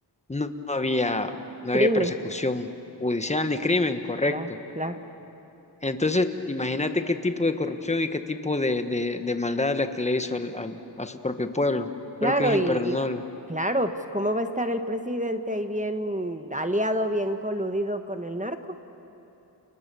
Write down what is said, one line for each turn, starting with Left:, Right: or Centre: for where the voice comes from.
Left: no no había, no
Right: Crimen,
Left: había persecución judicial ni crimen, correcto.
Right: claro, claro.
Left: Entonces, imagínate qué tipo de corrupción y qué tipo de, de, de maldad la que le hizo al, al- a su propio pueblo.
Right: Claro,
Left: Creo que es imperdonable.
Right: y, y claro, pues ¿cómo va a estar el presidente ahí bien aliado, bien coludido con el narco?